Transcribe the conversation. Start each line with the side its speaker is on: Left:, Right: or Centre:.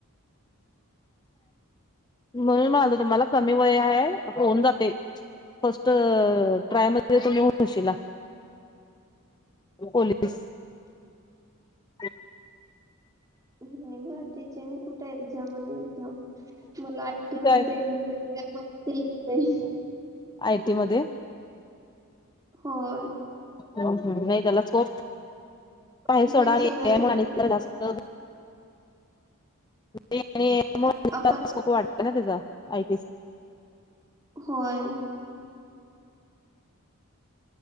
Left: म्हणून म्हणालं तुम्हाला कमी वय आहे होऊन जाते फर्स्ट ट्राय मध्ये तुम्हीशला पोलीस ब
Right: नाही ब त्याच्यानी कुठे एक्झाम आणि एक्झाम मला आयटी
Left: का
Right: मध्ये इंटरेस्ट आहे मला ते येतंय.
Left: आयटी मध्ये
Right: होय
Left: हम् हम नाही तेेला सोप पा
Right: इंटर्न
Left: सोडामुळे
Right: सगळं जम-
Left: जास्त त्यामुळे
Right: आपण
Left: खूप वाटत ना त्याचा आयटीस
Right: होय